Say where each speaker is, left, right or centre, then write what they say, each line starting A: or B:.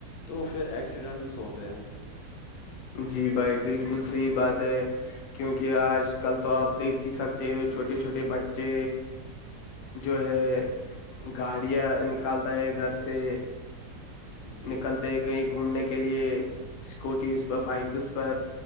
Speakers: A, on the left; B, on the left.
A: تو پھر ایکسیڈنٹس ہوتے ہیں
B: جی بھائی بالکل صحی بات ہے کیونکہ آج کل تو آپ دیکھ ہی سکتے ہو چھوٹے چھوٹے بچے جو ہے گاڑیاں نکالتا ہے گھر سے
A: جی
B: نکلتے ہے کہیں گھومنے کے لیے اسکوٹی اس پر بائک اس پر